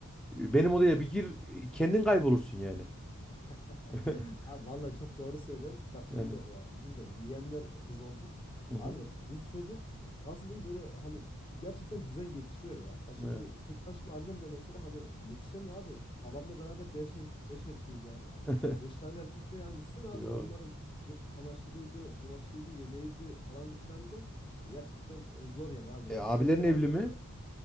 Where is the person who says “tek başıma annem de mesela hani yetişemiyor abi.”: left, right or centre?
Left